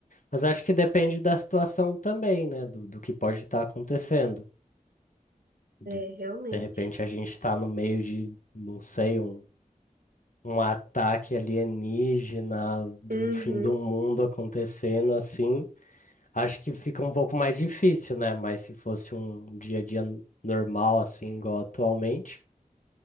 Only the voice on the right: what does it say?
É, realmente.
Uhum.